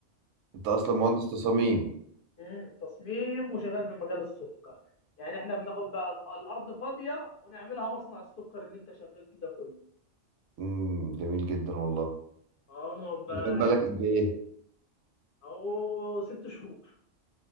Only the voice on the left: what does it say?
مم. تصميم وشغال في مجال السكر يعني احنا بناخد بقى ال- الارض فاضيه ونعملها مصنع السكر اللي انت شغال فيه ده كله
اه ما هو بقى
عادي
اهو ست شهور